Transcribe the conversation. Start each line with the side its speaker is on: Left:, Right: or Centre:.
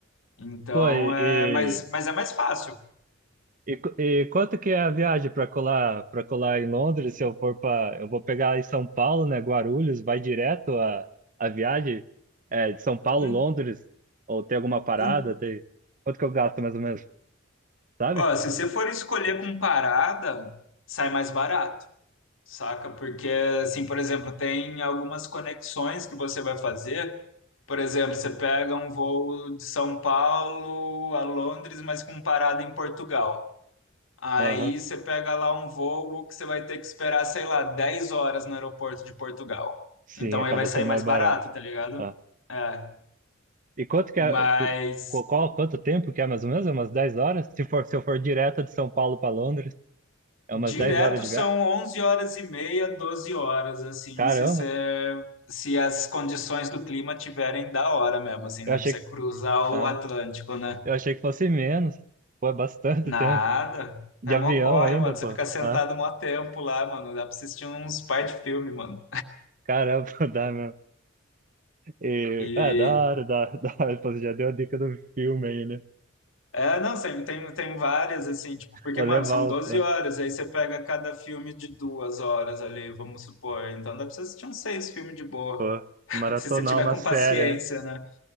Left: Então,
Right: Pô, e,
Left: é... Mas,
Right: e,
Left: mas é mais fácil.
Right: e qu- e quanto que é a viagem para colar, para colar em Londres? Se eu for para, eu vou pegar em São Paulo, né? Guarulhos, vai direto a, a viagem é, de São Paulo,
Left: Hum,
Right: Londres? Ou tem alguma parada?
Left: hum.
Right: Tem... Quanto que eu gasto mais ou menos? Sabe?
Left: Ó, se você for escolher com parada, sai mais barato, saca? Porque, assim, por exemplo, tem algumas conexões que você vai fazer Por exemplo, você pega um voo de São Paulo a Londres, mas com parada em Portugal. Aí
Right: Aham.
Left: você pega lá um voo que você vai ter que esperar, sei lá, 10 horas no aeroporto de Portugal.
Right: Sim,
Left: Então
Right: acaba
Left: aí vai sair
Right: sendo
Left: mais
Right: mais
Left: barato,
Right: barato.
Left: tá ligado?
Right: Ah.
Left: É,
Right: E quanto que
Left: mas
Right: é, qu- qu- qual, quanto tempo que é mais ou menos? É Umas 10 horas? Se for, se eu for direto de São Paulo para Londres, é
Left: direto
Right: umas 10 horas de
Left: são
Right: viagem.
Left: 11 horas e meia, 12 horas, assim,
Right: Caramba!
Left: se você, se as condições do clima tiverem da hora mesmo, assim,
Right: Eu
Left: né?
Right: achei,
Left: Pra você
Right: que-
Left: cruzar
Right: ah,
Left: o Atlântico, né?
Right: eu achei que fosse menos. Pô, é bastante
Left: Nada.
Right: tempo. De
Left: É
Right: avião
Left: mó corre,
Right: ainda,
Left: mano.
Right: pô.
Left: Você fica sentado
Right: Ah,
Left: mó tempo lá, mano. Dá pra assistir uns par de filme, mano.
Right: caramba, <laughs> dá mesmo. E,
Left: E
Right: é, da hora, da, da <laughs> hora. Pô, você já deu a dica do filme aí, né?
Left: é, não, tem, tem, tem várias, assim, tipo, porque,
Right: Vou
Left: mano,
Right: levar
Left: são 12
Right: os, ah,
Left: horas, aí você pega cada filme de duas horas ali, vamos supor. Então dá pra você assistir uns seis filmes de boa.
Right: pô,
Left: <laughs>
Right: maratonar
Left: Se você tiver
Right: uma
Left: com
Right: série.
Left: paciência,
Right: é.
Left: né?